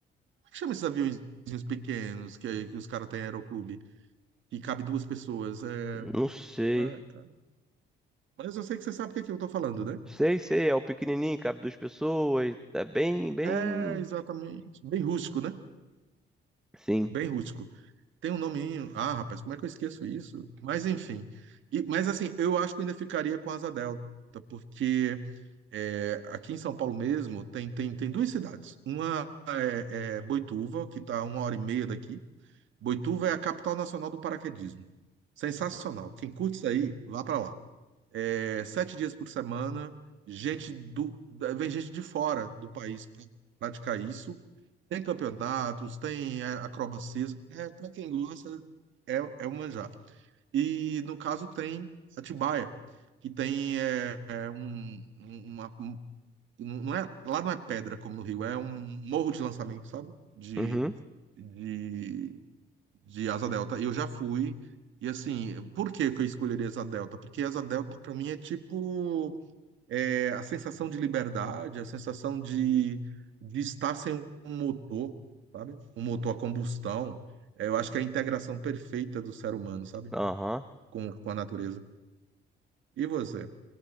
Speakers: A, on the right; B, in the centre.
A: como é que chama esses aviõezinhos pequenos que, que os caras têm em aeroclube? E cabe duas pessoas. É...
B: não sei.
A: Ai, cara. Mas eu sei que você sabe o que é que eu tô falando, né?
B: Sei, sei, é o pequenininho, cabe duas pessoas. É bem, bem.
A: É, exatamente. Bem rústico, né?
B: Sim.
A: Bem rústico. Tem um nominho. Ah, rapaz, como é que eu esqueço isso? Mas enfim. E- mas assim, eu acho que eu ainda ficaria com Asa Delta, porque é, aqui em São Paulo mesmo tem, tem, tem duas cidades. Uma é, é Boituva, que está a uma hora e meia daqui. Boituva é a capital nacional do paraquedismo. Sensacional. Quem curte isso aí, vá para lá é, sete dias por semana, gente do, da- vem gente de fora do país para praticar isso. Tem campeonatos, tem é, acrobacias. É, para quem gosta, é, é o manjar. E no caso tem Atibaia, que tem é, é, um, um, uma, um- não é, lá não é pedra como no Rio, é um morro de lançamento, sabe? De,
B: Uhum.
A: de, de Asa Delta. E eu já fui. E assim, por que que eu escolheria Asa Delta? Porque Asa Delta, para mim, é tipo é, a sensação de liberdade, a sensação de, de estar sem um motor, sabe? Um motor a combustão. É, eu acho que é a integração perfeita do ser humano, sabe?
B: Aham.
A: Com, com a natureza. E você?